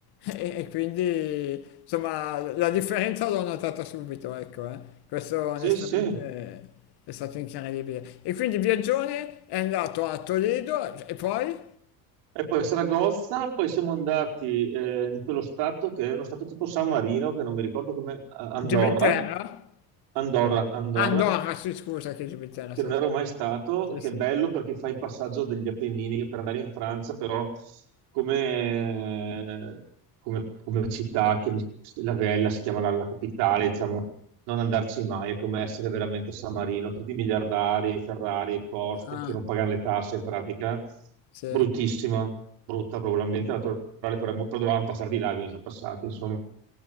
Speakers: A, on the left (about 65°); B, on the right (about 90°).
A: E e quindi insomma la differenza l'ho notata subito, ecco, eh. Questo onestamente
B: Sì, sì.
A: è stato incredibile. E quindi Viaggione è andato a Toledo e poi
B: E poi Saragozza, poi siamo andati eh, in quello stato che è uno stato tipo San Marino, che non mi ricordo come, eh, Andorra,
A: Gibilterra?
B: Andorra, Andorra,
A: Ah, Andorra, sì, scusa che Gibilterra,
B: che
A: sì,
B: non ero
A: sì,
B: mai stato,
A: sì.
B: che
A: sì.
B: è bello perché fai il passaggio degli Appennini per andare in Francia, però come, come- come città, che mi- la Vella si chiama la, la capitale, diciamo, non andarci mai, è come essere veramente a San Marino, tutti i miliardari, Ferrari, Porsche,
A: Ah,
B: perché non pagano le tasse in pratica,
A: sì,
B: bruttissima, brutta proprio l'ambiente naturale, però, è mo- però dovevamo passare di là, quindi siamo passati, insomma.